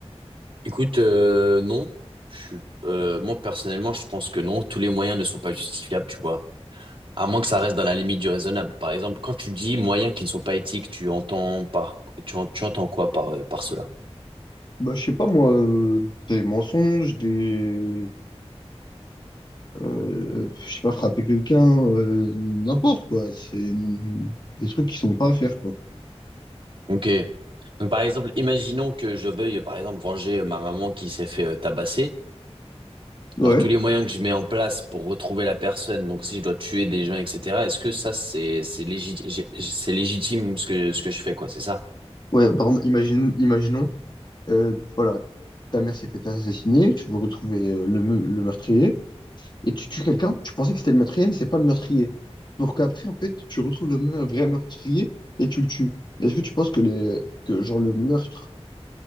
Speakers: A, on the right (about 50°); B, on the left (about 45°).
A: Écoute, euh, non. Je suis, euh, moi personnellement, je pense que non. Tous les moyens ne sont pas justifiables, tu vois. À moins que ça reste dans la limite du raisonnable. Par exemple, quand tu dis moyens qui ne sont pas éthiques, tu entends par, tu, en- tu entends quoi par, euh, par cela?
B: Bah, je sais pas, moi, euh, des mensonges, des... euh, je sais pas, frapper quelqu'un, euh, n'importe quoi. C'est mm, des trucs qui sont pas à faire, quoi.
A: Ok. Donc, par exemple, imaginons que je veuille, par exemple, venger ma maman qui s'est fait euh, tabasser.
B: Ouais,
A: Genre tous les moyens que je mets en place pour retrouver la personne, donc si je dois tuer des gens, etc., est-ce que ça, c'est, c'est légitime, c'est légitime ce que, ce que je fais, quoi, c'est ça?
B: ouais, par exemple, imagine, imaginons, euh, voilà, ta mère s'est fait assassiner, tu veux retrouver euh, le, me- le meurtrier, et tu tues quelqu'un, tu pensais que c'était le meurtrier, mais c'est pas le meurtrier. Pour qu'après, en fait, tu retrouves le me- vrai meurtrier et tu le tues. Est-ce que tu penses que, les, que genre, le meurtre,